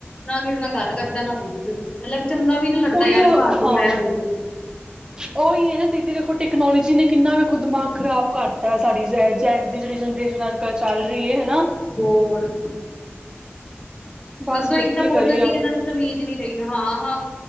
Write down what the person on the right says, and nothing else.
ਉਹੀਓ
ਹਾਂ
ਉਹੀ ਹੈ ਨਾ ਦੀਦੀ ਦੇਖੋ ਟੈਕਨੋਲੋਜੀ ਨੇ ਕਿੰਨਾ ਵੀ ਖੁਦ ਦਿਮਾਗ ਖ਼ਰਾਬ ਕਰਤਾ ਸਾਡੀ ਜ ਐੰਗ ਦੀ ਜਿਹੜੀ ਜਨਰੇਸ਼ਨ ਅੱਜ ਕੱਲ੍ਹ ਚੱਲ ਰਹੀ ਹੈ ਨਾ
ਬਸ
ਫਿਰ
ਕੀ
ਕਰੀਏ